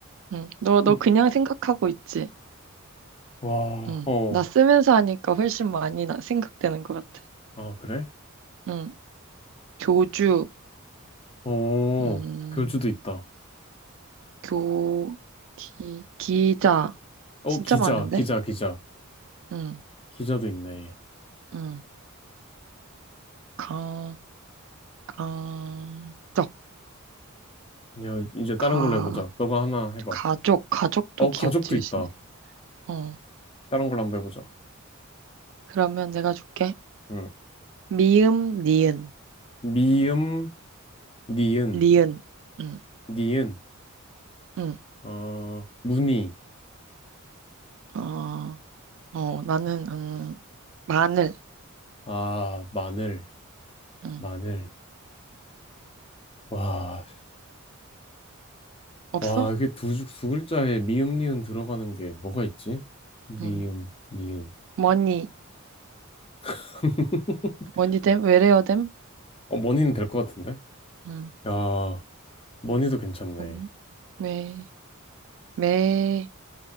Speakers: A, on the right; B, on the left.
A: 음. 너, 너
B: 어,
A: 그냥 생각하고 있지?
B: 와,
A: 음.
B: 어,
A: 나 쓰면서 하니까 훨씬 많이 나, 생각되는 것 같아.
B: 아, 그래?
A: 음. 교주.
B: 어,
A: 음.
B: 교주도 있다.
A: 교, 기, 기자.
B: 어,
A: 진짜
B: 기자,
A: 많은데?
B: 기자, 기자.
A: 응,
B: 기자도 있네.
A: 응. 강, 강적,
B: 그냥 이제 다른
A: 가,
B: 걸로 해보자. 너가 하나 해봐.
A: 가족, 가족도
B: 어,
A: 기억
B: 가족도
A: 지으시네.
B: 있다.
A: 어,
B: 다른 걸로 한번 해보자.
A: 그러면 내가 줄게.
B: 응.
A: 미음, 니은,
B: 미음, 니은,
A: 리은. 응,
B: 니은,
A: 응.
B: 어, 무늬.
A: 어, 어, 나는, 음, 마늘.
B: 아, 마늘,
A: 응.
B: 마늘. 와.
A: 없어?
B: 와, 이게 두, 줄- 두 글자에 미음, 니은 들어가는 게 뭐가 있지? 미음,
A: 응.
B: 니은.
A: 머니,
B: <laughs>
A: 머니댐? 외래어댐?
B: 어, 머니는 될 것 같은데?
A: 응.
B: 야, 머니도 괜찮네.
A: 머니? 매, 매,